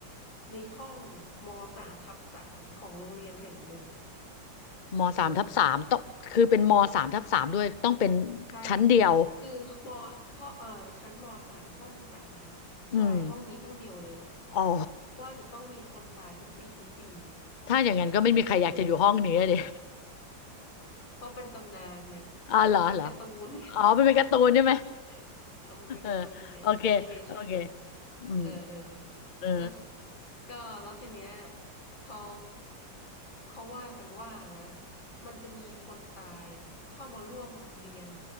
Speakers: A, on the left; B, on the left.
A: ในห้องมสามทับสามของโรงเรียนแห่งหนึ่ง
B: มสามทับสามต้องคือเป็นมสามทับสามด้วยต้องเป็น
A: เออใช่
B: ชั้นเดียว
A: คือมห้องเอ่อชั้นมสามห้องสาม
B: อืม
A: ใช่ห้องนี้ห้องเดียวเลย
B: อ๋อ
A: ว่าจะต้องมีคนตายทุกปีทุกปี
B: ถ้าอย่างนั้นก็ไม่มีใครอยากจะอยู่ห้องนี้เลย
A: เออ เขาเป็นตำนานไง
B: <laughs> อ๋อเหรอเหรอ
A: คือเป็นการ์ตูนไง
B: อ๋อมันเป็นการ์ตูนใช่ไหม
A: <laughs> เอามันเป็นการ์ตูนไงแอนิเมชันไง
B: <laughs> เออโอเคโอเคอืม
A: เออเออ
B: เออ
A: ก็ก็แล้วทีเนี้ยเขาเขาว่ากันว่านะ มันจะมีคนตายอ่ะเข้ามาร่วมเรียน